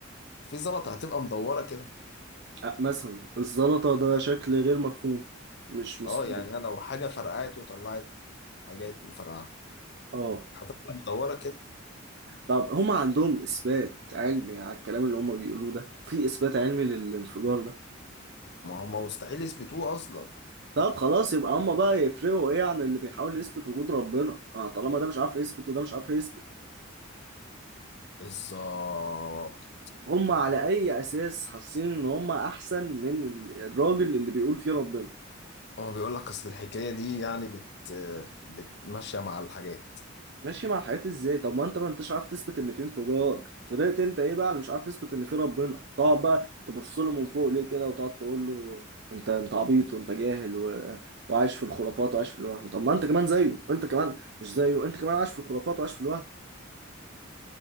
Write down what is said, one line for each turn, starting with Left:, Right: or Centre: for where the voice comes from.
Left: في زلطة هتبقى مدورة كده
Right: أه، مثلا الزلطه ده شكل غير مفهوم مش مستمر
Left: اه يعني أنا لو حاجة فرقعت وطلعت حاجات مفرقعة
Right: اه
Left: هتطلع مدورة كده
Right: طب هم عندهم اثبات علمي على الكلام اللي هم بيقولوه ده في اثبات علمي للانفجار ده
Left: ما هم مستحيل يثبتوه أصلا
Right: طب خلاص يبقى هم بقى يفرقوا ايه عن اللي بيحاول يثبت وجود ربنا اه طالما ده مش عارف يثبت وده مش عارف يثبت
Left: بالظبط
Right: هم على اي اساس حاسين ان هم احسن من ال- الراجل اللي بيقول فيه ربنا
Left: هو بيقول لك أصل الحكاية دي يعني بت بتمشي مع الحاجات
Right: ماشي مع الحاجات ازاي طب ما انت ما انتش عارف تثبت ان في انفجار فضلت انت ايه بقى اللي مش عارف تثبت ان في ربنا تقعد بقى تبص له من فوق ليه كده وتقعد تقول له انت انت عبيط وانت جاهل و... وعايش في الخرافات وعايش في الوهم طب ما انت كمان زيه انت كمان مش زيه انت كمان عايش في الخرافات وعايش في الوهم